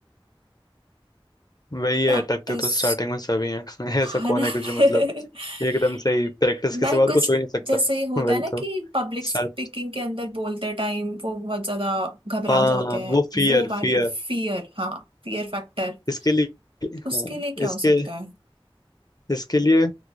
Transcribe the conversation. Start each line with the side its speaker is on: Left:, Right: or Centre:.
Left: वही
Right: प्रैक्टिस
Left: है अटकते तो स्टार्टिंग में सभी हैं <laughs>
Right: है
Left: ऐसा कौन
Right: ना
Left: है कि जो
Right: <laughs>
Left: मतलब एकदम से ही प्रैक्टिस के
Right: ना
Left: सिवा और
Right: कुछ
Left: कुछ हो ही नहीं सकता
Right: जैसे होता
Left: <laughs> वही
Right: है ना
Left: तो
Right: कि पब्लिक स्पीकिंग
Left: स्टार्ट
Right: के अंदर बोलते टाइम वो बहुत ज्यादा घबरा
Left: हाँ
Right: जाते हैं
Left: वो फियर
Right: वो वाली
Left: फियर
Right: फियर हाँ फियर फैक्टर
Left: इसके लिए हाँ
Right: उसके लिए क्या
Left: इसके
Right: हो सकता है
Left: इसके लिए